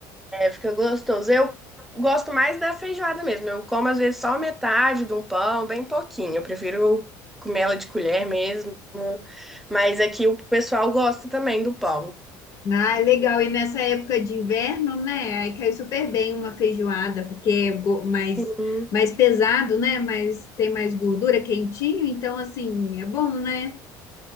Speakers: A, in the centre; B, on the left.
A: É, fica gostoso. Eu gosto mais da feijoada mesmo. Eu como às vezes só metade de um pão, bem pouquinho. Eu prefiro comer ela de colher mesmo. Mas aqui o pessoal gosta também do pão.
B: Ah, é legal. E nessa época de inverno, né? Aí cai super bem uma feijoada, porque é go- mais,
A: Hum.
B: mais pesado, né? Mas tem mais gordura, quentinho, então assim, é bom, né?